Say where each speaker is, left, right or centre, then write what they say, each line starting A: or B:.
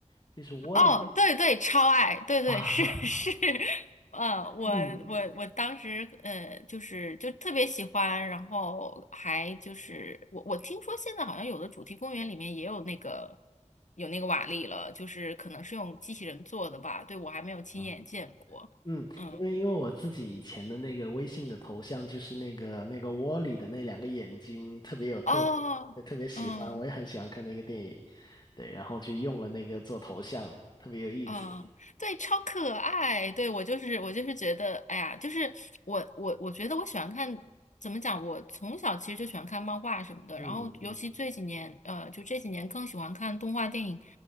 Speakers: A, on the left (about 35°); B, on the left (about 75°).
A: 就是 Wall-E
B: 哦，对对，超爱，对对是是，
A: 啊？
B: <laughs> 嗯，我我我当时呃就是就特别喜欢，
A: 嗯
B: 然后还就是我我听说现在好像有的主题公园里面也有那个有那个瓦力了，就是可能是用机器人做的吧，对，我还没有亲眼见过，
A: 啊嗯，
B: 嗯，
A: 因为因为我自己以前的那个微信的头像就是那个那个窝里的那两个眼睛特别有特，
B: 哦，
A: 特别喜欢，
B: 嗯。
A: 我也很喜欢看那个电影，对，然后就用了那个做头像，特别有意思。
B: 嗯，对，超可爱。对，我就是我就是觉得，哎呀，就是我我我觉得我喜欢看，怎么讲？我从小其实就喜欢看漫画什么的，
A: 嗯嗯
B: 然后尤其这几年，呃，就这几年更喜欢看动画电影，